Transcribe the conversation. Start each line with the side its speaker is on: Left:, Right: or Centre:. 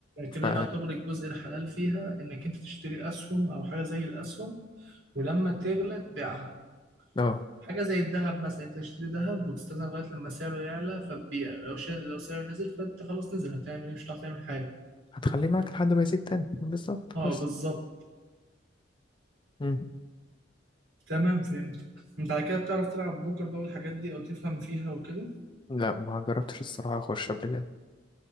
Left: ف
Right: كده يعتبر الجزء الحلال فيها انك انت تشتري اسهم او حاجة زي الاسهم ولما تغلى تبيعها
Left: اه
Right: حاجة زي الذهب مثلا أنت تشتري ذهب وتستنى لغاية لما سعره يعلى فتبيع لو شا... لو سعره نزل فأنت خلاص نزل هتعمل إيه مش هتعرف تعمل حاجة
Left: هتخليه معاك لحد ما يزيد تاني بالظبط
Right: أه
Left: بس
Right: بالظبط
Left: مم.
Right: تمام فهمت أنت على كده بتعرف تلعب بوكر بقى والحاجات دي أو تفهم فيها وكده
Left: لا ما جربتش الصراحة اخش قبل كده